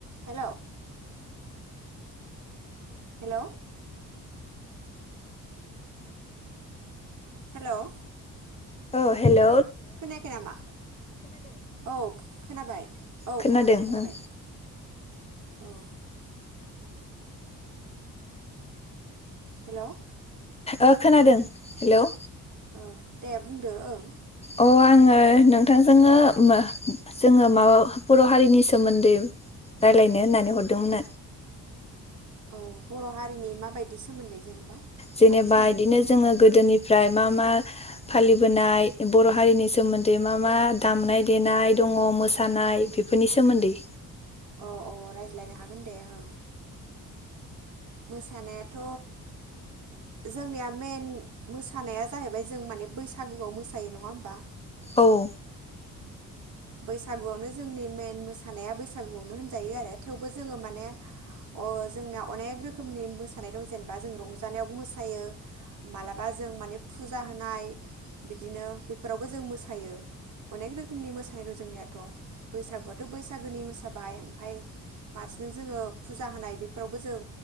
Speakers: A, on the right (about 60°); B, on the left (about 20°).
A: हेल' hello hello
B: अ hello
A: खोनायाखै नामा औ खोनाबाय औ
B: खोनादों
A: खोनाबाय खोनाबाय
B: ओं
A: औ हेल'
B: ओ खोनादों हेलौ
A: ओ दे बुंदो ओं
B: अ आङो नोंथांजोंनो जोङो माबा बर' हारिनि सोमोन्दै रायलायनो होननानै हरदोंमोन न
A: औ बर' हारिनि माबायदि सोमोन्दै जेनेबा
B: जेनेबा
A: मानि सोमोन्दै
B: इदिनो जोङो गोदोनिफ्राय मा मा मा फालिबोनाय बर' हारिनि सोमोन्दै मा मा दामनाय देनाय दङ मोसानाय बेफोरनि सोमोन्दै
A: अ अ रायज्लायनो हागोन दे ओं मोसानायाथ' जोंनिया मेन मोसानाया जाहैबाय जों माने बैसागुआव मोसायो नङा होमबा
B: औ
A: बैसागुआवनो जोंनि मेेन मोसानाया बैसागुआवनो होनजायो आरो थेवबो जोङो माने जोंनाया अनेख रोखोमनि मोसानाय दं जेनेबा जों रंजानायावबो मोसायो मालाबा जों माने फुजा होनाय बिदिनो बेफोरावबो जों मोसायो अनेक रोखोम रोखोमनि मोसानाय दं जोंनियाथ' बैसागुआथ' बैसागोनि मोसाबाय ओमफफ्राय फारसें जोङो फुजा होनाय बेफोरावबो जों